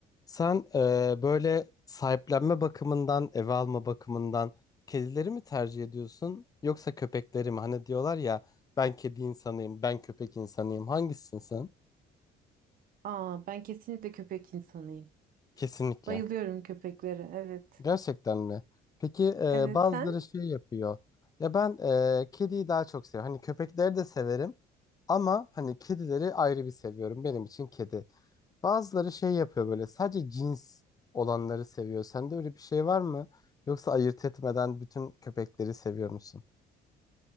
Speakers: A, on the left; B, on the right.
A: Sen eee, böyle sahiplenme bakımından, eve alma bakımından kedileri mi tercih ediyorsun yoksa köpekleri mi? Hani diyorlar ya ben kedi insanıyım, ben köpek insanıyım. Hangisisin sen?
B: Aa, ben kesinlikle köpek insanıyım.
A: Kesinlikle.
B: Bayılıyorum köpeklere. Evet.
A: Gerçekten mi? Peki eee,
B: Evet
A: bazıları
B: sen?
A: şey yapıyor. Ya ben eee, kediyi daha çok seviyorum. Hani köpekleri de severim ama hani kedileri ayrı bir seviyorum. Benim için kedi. Bazıları şey yapıyor böyle sadece cins olanları seviyor. Sende öyle bir şey var mı? Yoksa ayırt etmeden bütün köpekleri seviyor musun?